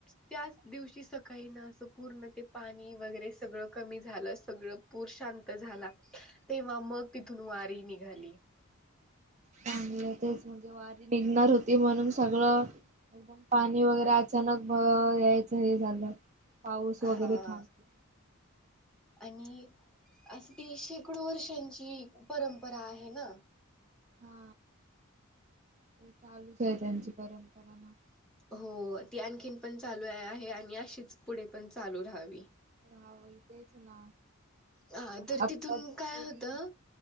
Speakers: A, in the centre; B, on the right.
A: त्याच.... दिवशी सकाळी ना असं पूर्ण ते पाणी वगैरे सगळं कमी झालं सगळं.... पूर शांत झाला तेव्हा मग तिथून वारी निघाली...
B: चांगलं तेच म्हणजे वारी निघणार होती म्हणून सांग... सगळं पाणी वगैरे अचानक अ यायचं हे झालं... पाऊस
A: हा...
B: वगैरे थांबला
A: आणि अस ती शेकडो वर्षांची परंपरा आहे ना....
B: हा ते चालूच आहे त्यांची परंपरा ना...
A: हो ती आणखीन पण चालू आहे आहे आणि अशीच पुढे पण चालू राहावी.
B: हां होय तेच ना....
A: हा
B: पण
A: तर
B: आत्ताची
A: तिथून
B: पिढी
A: काय होतं